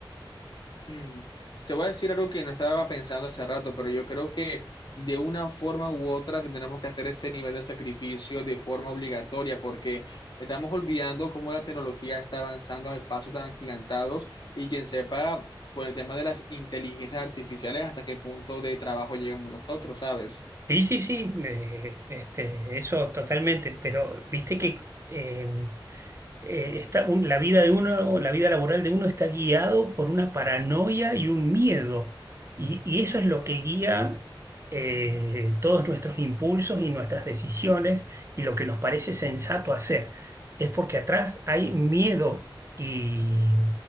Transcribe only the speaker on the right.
Sí, sí, sí, eh, este, eso totalmente, pero viste que eh, eh, está un- la vida de uno, la vida laboral de uno está guiado por una paranoia y un miedo. Y, y eso es lo que guía eh, todos nuestros impulsos y nuestras decisiones y lo que nos parece sensato hacer. Es porque atrás hay miedo y